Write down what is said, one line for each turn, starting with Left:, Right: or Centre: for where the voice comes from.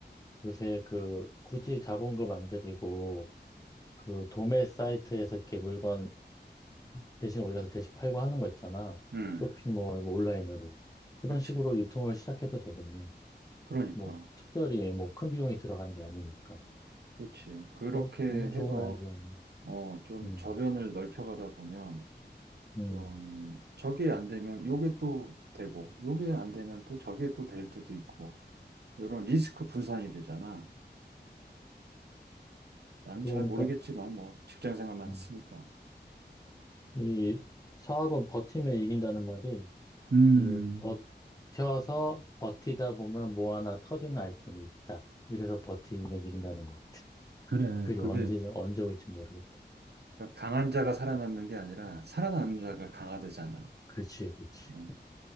Left: 요새 그 굳이 자본금 안 들이고 그 도매 사이트에서 이렇게 물건 대신 올려서 대신 팔고 하는 거 있잖아.
Right: 음,
Left: 쇼핑몰, 뭐 온라인으로. 그런
Right: 그렇지.
Left: 식으로 유통을 시작해도 되겠네.
Right: 그러니까.
Left: 뭐, 특별히 뭐 큰 비용이 들어가는 게 아니니까.
Right: 그렇지. 그렇게
Left: 어,
Right: 해서,
Left: 음, 좋은 아이디어네.
Right: 어, 좀
Left: 음,
Right: 저변을 넓혀가다 보면,
Left: 음.
Right: 좀, 저게 안 되면 요게 또 되고, 요게 안 되면 또 저게 또 될 때도 있고, 이런 리스크 분산이 되잖아. 나는
Left: 그러니까,
Right: 잘 모르겠지만 뭐 직장 생활만
Left: 음,
Right: 했으니까.
Left: 이 사업은 버티면 이긴다는 말이,
Right: 음,
Left: 이 버텨서 버티다 보면 뭐 하나 터지는 아이템이 있다. 이래서 버티면 이긴다는 것 같아.
Right: 그래.
Left: 그게
Right: 그게,
Left: 언제, 언제 올지 모르겠다.
Right: 그러니까 강한 자가 살아남는 게 아니라 살아남는 자가 강화되잖아
Left: 그렇지, 그렇지.
Right: 음,